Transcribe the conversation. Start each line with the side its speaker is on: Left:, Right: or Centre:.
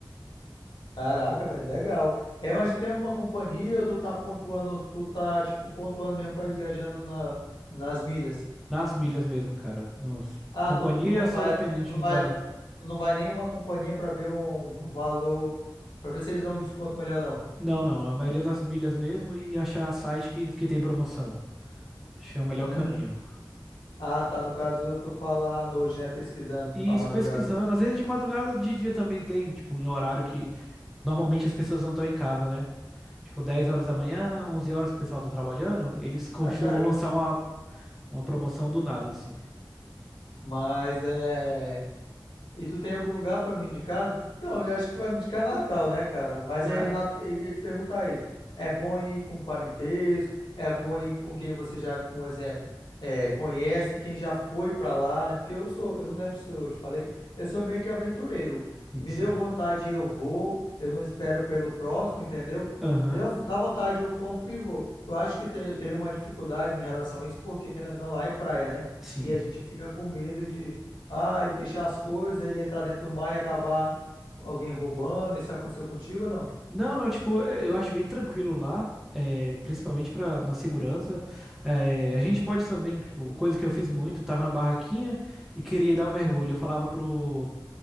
Left: Caraca, velho, legal. É, mas tu tem alguma companhia ou tu tá pontuando, tu tá, tipo, pontuando mesmo pra ir viajando na, nas milhas?
Centre: Nas milhas mesmo, cara. Nos-
Left: Ah,
Centre: Companhia
Left: tu, tu não
Centre: é só
Left: vai,
Centre: dependente
Left: tu não vai,
Centre: da.
Left: tu não vai nenhuma companhia pra ver um, um valor, pra ver se eles dão um desconto melhor, não.
Centre: Não, não, a maioria das milhas mesmo e achar site que, que tem promoção. Acho que é o melhor
Left: Hum.
Centre: caminho.
Left: Ah, tá, no caso tu fala à noite, né, pesquisando,
Centre: E
Left: tá
Centre: isso
Left: madrugada.
Centre: pesquisando, às vezes de madrugada, de dia também tem, tipo, em horário que normalmente as pessoas não estão em casa, né? Tipo, 10 horas da
Left: Hum.
Centre: manhã, 11 horas que o pessoal tá trabalhando, eles costumam
Left: Ah, cara, eu-
Centre: lançar uma, uma promoção do nada, assim.
Left: mas é. E tu tem algum lugar pra me indicar? Não, eu acho que tu vai me indicar Natal, né, cara? Mas
Centre: Cara,
Left: aí eu, na- eu ia te perguntar isso. É bom ir com parentesco? É bom ir com quem você já, um exemplo, é, conhece, quem já foi pra lá, né? Porque eu sou, eu não lembro se eu te falei, eu sou meio que aventureiro.
Centre: sim,
Left: Me
Centre: sim.
Left: deu vontade, eu vou. Eu não espero pelo próximo, entendeu?
Centre: Aham,
Left: Deu, dá vontade, eu compro e vou. Tu acha que te- teria uma dificuldade em relação a isso? Porque querendo ou não, lá é praia, né?
Centre: sim.
Left: E a gente fica com medo de ah, e deixar as coisas e entrar dentro do mar e acabar alguém roubando? Isso aconteceu contigo ou não?
Centre: Não, não, tipo, eh, eu acho bem tranquilo lá, é, principalmente pra, na segurança. É, a gente pode também, tipo, coisa que eu fiz muito, eu tava na barraquinha e queria dar um mergulho. Eu falava pro,